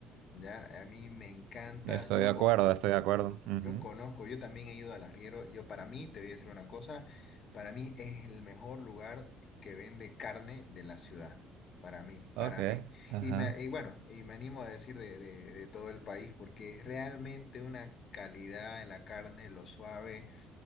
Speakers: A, on the left (about 55°); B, on the right (about 75°).
A: ya, a mí me encanta,
B: Estoy
A: yo,
B: de acuerdo,
A: co-
B: estoy de acuerdo. ujú.
A: yo conozco, yo también he ido al arriero, yo para mí, te voy a decir una cosa, para mí es el mejor lugar que vende carne de la ciudad, para mí, para
B: Ok,
A: mí,
B: ajá.
A: y, me, y bueno, y me animo a decir de, de de todo el país, porque es realmente una calidad en la carne, lo suave.